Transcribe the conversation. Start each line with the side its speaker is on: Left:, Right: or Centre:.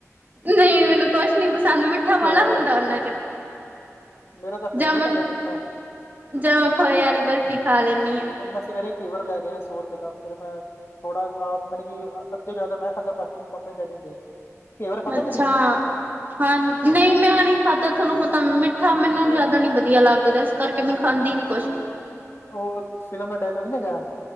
Right: ਨਹੀਂ ਮੈਨੂੰ ਕੁਛ ਨੀ ਪਸੰਦ ਮਿੱਠਾ ਵਾਲਾ
Left: ਕੇਵਰ
Right: ਹੁੰਦਾ ਉਹਨਾਂ ਚ
Left: ਮੇਰਾ ਤਾਂ ਫੇਵਰੇਟ
Right: ਜਾਂ ਮੈਂ
Left: ਹੈਗਾ ਮਿੱਠਾ।
Right: ਜਾਂ ਮੈਂ ਖੋਏ ਵਾਲੀ ਬਰਫ਼ੀ ਖਾ ਲੈਂਨੀ ਆ।
Left: ਹੁਣ ਮੈਂ ਸਵੇਰੇ ਘੇਵਰ ਲੈ ਗਿਆ। ਸੌ ਰੁਪਏ ਦਾ ਫਿਰ ਮੈਂ ਥੋੜਾ ਆਪ ਮੈਨ ਕਿ ਅੱਧੇ ਜ਼ਿਆਦਾ ਮੈਂ ਖਾਦਾ ਪਾ ਮੰਮੀ-ਡੈਡੀ ਦੇ ਤਾ, ਘੇਵਰ ਖਾਧਾ
Right: ਅੱਛਾ।
Left: ਕਦੀ?
Right: ਹਾਂ ਨਹੀਂ ਮੈਂ ਨੀ ਖਾਧਾ ਤੁਹਾਨੂੰ ਪਤਾ ਮਿੱਠਾ ਮੈਨੂੰ ਜ਼ਿਆਦਾ ਨੀ ਵਧੀਆ ਲੱਗਦਾ ਕਰਕੇ ਮੈਂ ਖਾਂਦੀ ਨੀ ਕੁਛ।
Left: ਉਹ ਫਿਲਮ ਦਾ ਡਾਇਲੋਗ ਨੀ ਹੈਗਾ।